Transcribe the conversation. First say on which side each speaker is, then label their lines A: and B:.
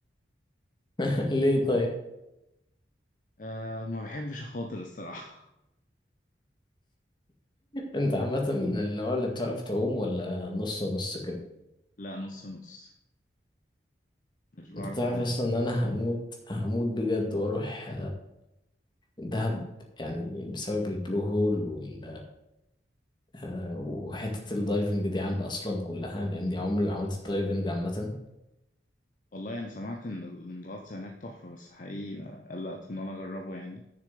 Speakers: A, on the left (about 25°); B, on the left (about 45°).
A: <laughs> ليه طيب
B: أه ما بحبش أخاطر الصراحة
A: انت عامة من النوع اللي بتعرف تعوم ولا نص نص كده
B: لا نص نص مش بعرف
A: انت تعرف
B: أعوم
A: اصلا
B: أوي
A: ان انا هموت هموت بجد واروح دهب يعني بسبب البلو هول وال آه، وحتة الدايفنج دي عم أصلا كلها لأني عمري ما عملت الدايفنج عامة
B: والله أنا سمعت إن ال- إن الغطس هناك تحفة بس حقيقي قلقت إن أنا أجربه يعني